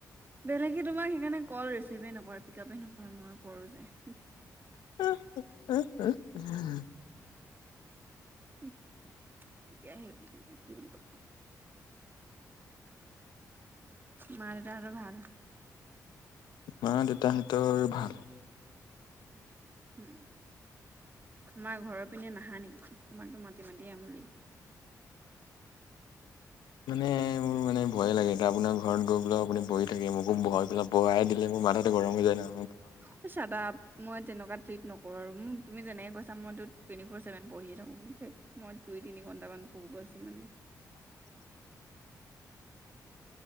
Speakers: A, on the right; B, on the left.
A: বেলেগে তোমাৰ সেইকাৰণে কল ৰিচিভ য়ে নকৰে পিকাবে নকৰে মই কৰোঁ যে হম।
B: উ উ হা।
A: হুম এতিয়া সে বুলি নকৈ কি বুলি কব। মা দেউতা হতৰ ভাল?
B: মা দেউতাহতৰ ভাল।
A: উম। তোমাৰ ঘৰৰ পিনে নাহা নেকি তোমাকতো মাতি মাতিয়ে আমণি লাগিলে।
B: মানে উ। মানে ভয়োগে এয়া আপোনাৰ ঘৰত ভয়ে লাগে আপোনাৰ ঘৰত গৈ বহি থাকে মোকো বহাই পেলাই পৰাই দিলে মাথাটো গৰম হৈ যায় ন।
A: অ চাতাপ মই তেনেকুৱা ট্ৰিট নকৰো আৰু মোক তুমি যেনেকে গৈছ। মই টোৱেন্টি ফৰ ছেভেন পঢ়িয়ে থাকো মই দুই তিনি ঘন্টা মান পঢ়ো বছ ইমানেই।
B: <unintelligible>